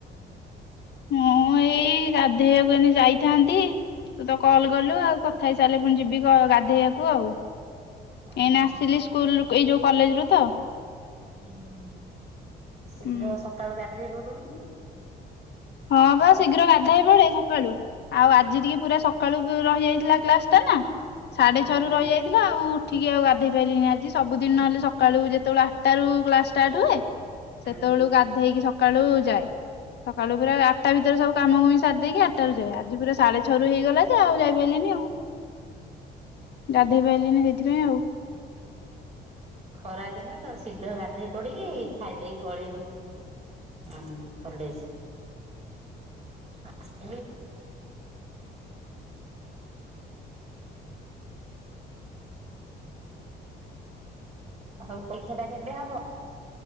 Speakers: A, on the right; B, on the left.
A: <inaudible>
B: ମୁଁ ଏଇ ରାଧେଇବାକୁ ଏ ଯାଇଥାନ୍ତି। ତୁ ତ କଲ କଲୁ ଆଉ କଥା ହେଇ ସାରିଲେ ପୁଣି ଯିବି ଗାଧେଇବାକୁ ଆଉ।
A: ଆଉ
B: ଏ ଆସିଲି ସ୍କୁଲ ଏଇ ଯୋଉ କଲେଜ ରୁ ତ।
A: ହୁଁ ଶୀଘ୍ର
B: ହୁଁ
A: ସକାଳୁ ଗାଧେଇପଡୁନୁ?
B: ହଁ ବାସ ଶୀଘ୍ର ଗାଧୋଇ ହେଇ ପଡେ ସକାଳୁ। ଆଉ ଆଜି ଟିକେ ପୁରା ସକାଳୁ ରହି ଯାଇଥିଲା କ୍ଲାସ ଟା ନା ସାଢେ
A: ହଁ
B: ଛଅ ରୁ ରହି ଯାଇଥିଲା ଆଉ ଠିକେ ଆଉ ଗାଧେଇ ପାରିଲିନଣିି ଆଜି ସବୁଦିନ ନହଲେ ସକାଳୁ ଯେତେବେଳେ ଆଠଟ ରାରୁ କ୍ଲାସ ଷ୍ଟାର୍ଟ ହୁଏ।
A: ହୁଁ।
B: ସେତେବେଳକୁ ଗାଧେଇକି ସକାଳୁ ଯାଏ। ସକାଳୁ ପୁର ଆଠଟା ଭିତରେ ସବୁ କାମ କମି ସାରି ଦେଇକି ଆଠଟ ର ଯାଏ ଆଜି ପୁରା ସାଢେ ଛଅ ର ହେଇଗଲା ଯେ ଆଉ ଯାଇାରିଲିନି ଆଉ।
A: <inaudible>
B: ଗାଧୋଇ ପଲିନି ସେଇଥିପାଇଁ ଆଉ।
A: ଖରା ଦିନ ତ ଶିଧ ଗାଧେଇ ପଡିକି ଖାଇଦେଇକି ପଡେଇବୁ। ହୁଁ ହ କଲେଜ। <unintelligible> ଆଉ ପରିକ୍ଷାଟା କେବେ ହବ?